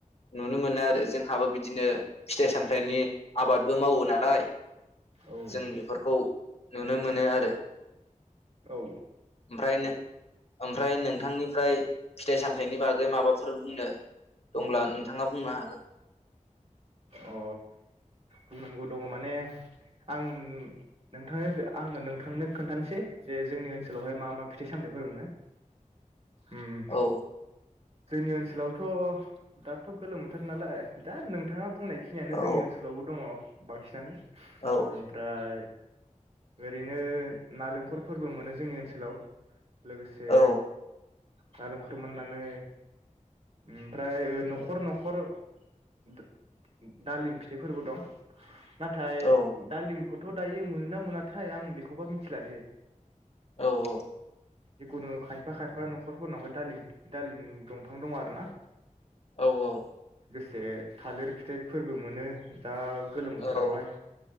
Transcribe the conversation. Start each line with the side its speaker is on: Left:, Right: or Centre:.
Left: नुनो मोनो आरो जोंहाबो बिदिनो फिथाइ सामथाइनि आबादबो मावो नालाय
Right: औ
Left: जों बेफोरखौ नुनो मोनो आरो।
Right: औ
Left: ओमफ्राय नों ओमफ्राय नोंथांनिफ्राय फिथाइ सामथायाइनि बागै माबाफोर बुंनो दंब्ला नोंथाङा बुंनो हागोन।
Right: अ बुंनांगौ दङ माने आं नों नोंथांनो आङो नोंथांनो खोन्थानोसै, जे जोंनि ओनसोलावहाय मा मा फिथाइ सामथायाइफोर मोनो। उम
Left: औ
Right: जोंनि ओनसोलावथ' दाथ' गोलोम बोथोर नालाय दा नों थाङा बुंनाय खिनियानो
Left: औ
Right: जोंनि ओनसोलावबो दङ। बांसिनानो
Left: औ
Right: ओमफ्राय ओरैनो नालेंखर फोरबो मोनो जोंनि ओनसोलाव। लोगोसे
Left: औ
Right: नालेंखर मोननानै ओमफ्राय ओ न'खर न'खर दो-दालिम फिथाइफोरबो दं। नाथाय
Left: औ
Right: दालिमखौ थ' दायो मोनोना मोनाथाय आं बेखौबा मिथिला दे।
Left: औ औ
Right: जिखुनु खायफा खायफा न'खरफोरनावहाय दालिम दालिम दंफां दं आरो ना।
Left: औ औ
Right: से थालिर फिथाइफोरबो मोनो दा गोलोम बोथोरावहाय।
Left: औ